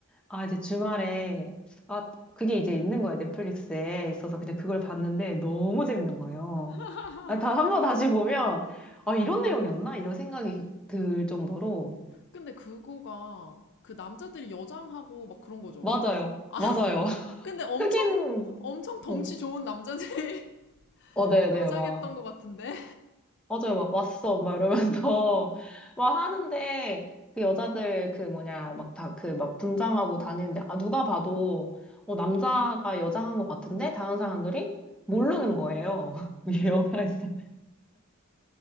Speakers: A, in the centre; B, on the left.
A: 아, 이제 주말에, 아, 그게 이제 있는 거예요. 넷플릭스에 있어서 그냥 그걸 봤는데 너무 재밌는 거예요.
B: <laughs>
A: 아, 다, 한번 다시 보면, 아, 이런 내용이었나? 이런 생각이 들 정도로.
B: 근데 그거가 그 남자들이 여장하고 막 그런 거죠.
A: 맞아요.
B: 아,
A: 맞아요. <laughs>
B: 근데 엄청,
A: 흑인,
B: 엄청 덩치
A: 어,
B: 좋은 남자들이 <laughs>
A: 어, 네네,
B: 여장했던
A: 막,
B: 것 같은데?
A: 맞아요, 막, 왔어, 막 이러면서, <laughs> 막 하는데, 그 여자들, 그 뭐냐, 막 다, 그 막 분장하고 다니는데, 아, 누가 봐도, 어, 남자가 여장한 것 같은데? 다른 사람들이? 모르는 거예요. <laughs> 이 영화에서.